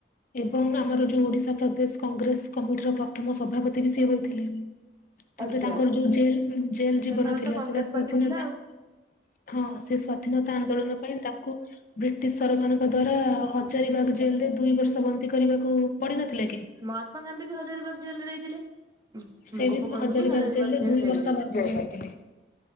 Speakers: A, on the left; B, on the right.
A: ଏବଂ ଆମର ଯୋଉ ଓଡିଶା ପ୍ରଦେଶ କଂଗ୍ରେସ କମିଟି ର ପ୍ରଥମ ସଭାପତି ବି ସିଏ ହୋଇଥିଲେ।
B: ଆଜ୍ଞା।
A: ତାପରେ ତାଙ୍କର ଯୋଉ ଜେଲ୍ ଜେଲ୍
B: ସେତେବେଳେ
A: ଜୀବନ ଥିଲା
B: ତ କଂଗ୍ରେସ
A: ସେଟା ସ୍ଵାଧୀନତା
B: ପାର୍ଟି ଥିଲା ଆଉ
A: ହଁ ସେ ସ୍ଵାଧୀନତା ଆନ୍ଦୋଳନ ପାଇଁ ତାକୁ ବ୍ରିଟିଶ୍ ସରକାରଙ୍କ ଦ୍ଵାରା ହଜାରିବାଗ ଜେଲ ରେ ଦୁଇ ବର୍ଷ ବନ୍ଦୀ କରିବାକୁ ଉ ପଡିନଥିଲା କି।
B: ମହାତ୍ମାଗାନ୍ଧୀ ବି ହଜାରିବାଗ ଜେଲରେ ଯାଇଥିଲେ।
A: ସେ
B: ଗୋପବନ୍ଧୁ
A: ହଜାରୀବାଗ
B: ବି ହଜାରିବାଗ
A: ଜେଲରେ
B: ଜେଲ
A: ଦୁଇ
B: ଯାଇଥିଲେ।
A: ବର୍ଷ ବନ୍ଦୀ ହୋଇଥିଲେ।